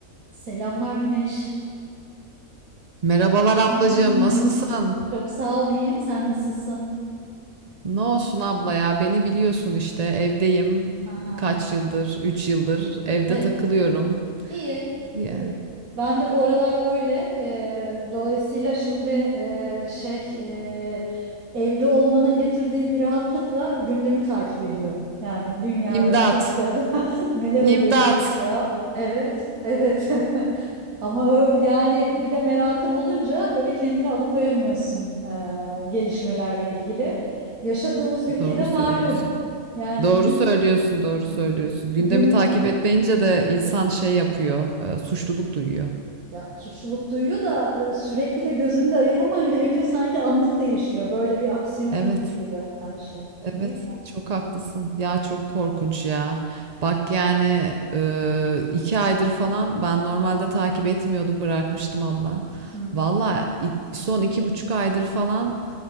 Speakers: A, on the right; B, on the right.
A: Selamlar Güneş.
B: Merhabalar ablacığım,
A: Aa,
B: nasılsın?
A: Çok sağ ol, iyiyim. Sen nasılsın?
B: Ne olsun abla ya, beni biliyorsun işte. Evdeyim
A: Aha.
B: kaç yıldır, 3 yıldır evde
A: Evet.
B: takılıyorum.
A: İyi,
B: Ya.
A: iyi. Ben de bu aralar öyle. Eee, dolayısıyla şimdi eee, şey eee, evde olmanın getirdiği bir rahatlıkla gündemi takip ediyorum. Yani dünyada,
B: İmdat,
A: Türkiye'de <laughs> neler oluyor,
B: imdat.
A: bitiyor. Evet, evet. <laughs> Ama ö- yani bir de merakın olunca böyle kendini alıkoyamıyorsun eee, gelişmelerle ilgili. Yaşadığımız ülkede
B: Doğru
A: malum.
B: söylüyorsun.
A: Yani
B: Doğru
A: gün,
B: söylüyorsun, doğru
A: hani
B: söylüyorsun. Gündemi
A: gün
B: takip etmeyince de insan şey yapıyor, e, suçluluk duyuyor.
A: Ya suçluluk duyuyor da e, sürekli de gözünü de ayırmaman gerekiyor. Sanki anlık değişiyor. Böyle bir aksiyon
B: Evet.
A: filmi gibi her şey. Değil
B: Evet,
A: mi?
B: çok haklısın. Ya çok korkunç ya. Bak yani e, iki aydır falan ben normalde takip etmiyordum, bırakmıştım abla.
A: Hı hı.
B: Valla i- son iki buçuk aydır falan